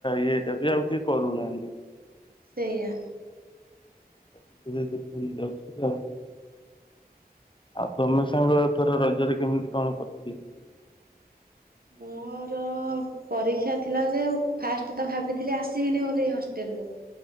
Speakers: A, on the left; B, on the right.
A: ଇଏ ଟା ବି ଆଉ କିଏ କରୁନାହାନ୍ତି।
B: ସେଇଆ।
A: ବୁଝେଇ ଦେଲୁ ଭୁଲିଯାଉଛି ତ। ଆଉ ତମ ସାଙ୍ଗ? ର ରଜରେ କେମିତି କଣ କଟିଲା?
B: ମୋର ଅ ପରୀକ୍ଷା ଥିଲା ଯେ ଫାଷ୍ଟ ତ ଭାବିଥିଲି ଆସିବିନି ବୋଲି ଏ ହଷ୍ଟେଲ ରୁ।